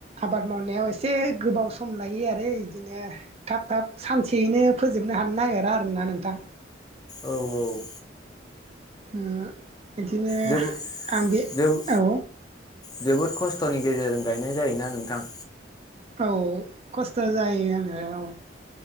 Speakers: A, on the right (about 35°); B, on the left (about 20°).
A: आबाद मावनायाव एसे गोबाव सम लायो आरो इदिनो थाब थाब सानसेयैनो फोजोबनो हानो नागिरा आरोना नोंथां।
B: औ औ।
A: ओ बिदिनो
B: जोबो
A: आं बे
B: जोबो
A: औ।
B: जोबोद खस्थनि गेजेरजों गायनाय जायोना नोंथां।
A: औ खस्थ जायो आङो औ।